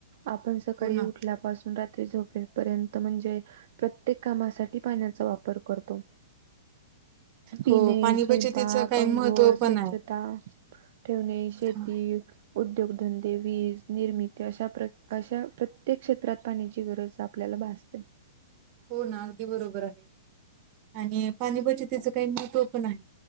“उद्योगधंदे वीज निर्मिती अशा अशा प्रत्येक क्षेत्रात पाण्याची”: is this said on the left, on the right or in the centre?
Right